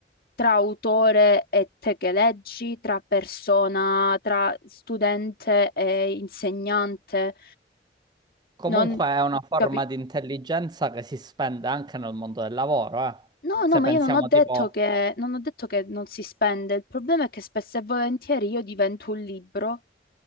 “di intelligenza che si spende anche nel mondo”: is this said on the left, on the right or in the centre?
Right